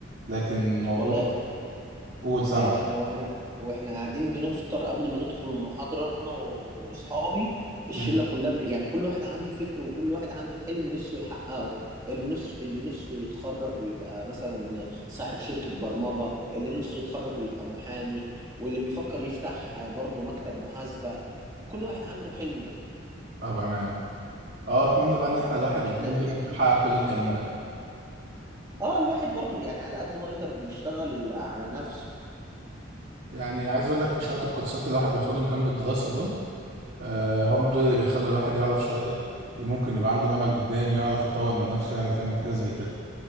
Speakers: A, on the right; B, on the right.
A: لكن موضوع
B: والله
A: قول سمع
B: إيه، احنا واحنا واحنا قاعدين بنفطر قبل ما ندخل المحاضرة انا واصحابي الشلة
A: امم
B: كلها بن... يعني كل واحد عنده فكر وكل واحد عنده حلم نفسه يحققه اللي نفسه اللي نفسه يتخرج ويبقى مثلا صاحب شركة برمجة اللي نفسه يتخرج ويبقى محامي واللي بيفكر يفتح آه، برضه مكتب محاسبة كل واحد عنده حلمه
A: اه بامانه اه اتمنى بقى ان احنا الواحد قدام
B: احنا يعني
A: يعرف يحقق كل الكلام ده
B: اه الواحد برضه يعني على قد ما يقدر بيشتغل على نفسه
A: يعني عايز اقول لك شويه الكورسات اللي الواحد بياخدهم جنب الدراسه دول آه هم دول اللي بيخلوا الواحد يعرف شويه ممكن يبقى عنده امل قدام يعرف يطور من نفسه يعرف يعمل حاجه زي كده